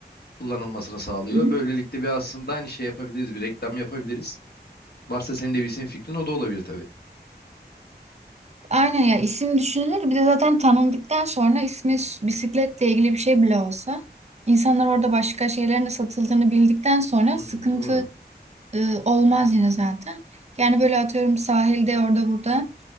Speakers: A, on the left; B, on the right.
A: kullanılmasını sağlıyor.
B: Hı hı.
A: Böylelikle bir aslında aynı şey yapabiliriz, bir reklam yapabiliriz. Varsa senin de bir senin fikrin o da olabilir tabii.
B: Aynen ya isim düşünülür. Bir de zaten tanındıktan sonra ismi s- bisikletle ilgili bir şey bile olsa insanlar orada başka şeylerin de satıldığını bildikten sonra
A: Hmm,
B: sıkıntı
A: doğru.
B: e, olmaz yine zaten. Yani böyle atıyorum sahilde orada burada